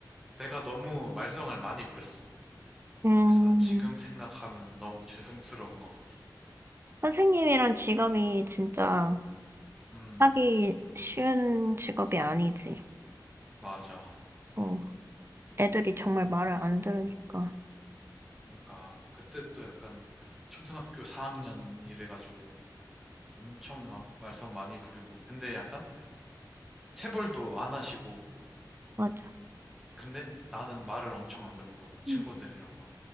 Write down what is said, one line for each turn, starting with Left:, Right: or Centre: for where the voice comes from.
Centre: 내가 너무 말썽을 많이 부렸어.
Right: 음,
Centre: 그래서 지금 생각하면 너무 죄송스러운 것 같아.
Right: 선생님이란 직업이 진짜
Centre: 음,
Right: 하기 쉬운 직업이 아니지.
Centre: 맞아.
Right: 어, 애들이 정말 말을 안 들으니까.
Centre: 그러니까 그때 또 약간 초등학교 4학년 이래가지고 엄청 막 말썽 많이 부리고 근데 약간 체벌도 안 하시고
Right: 맞아.
Centre: 근데 나는 말을 엄청 안 듣고 친구들이랑
Right: 응.
Centre: 막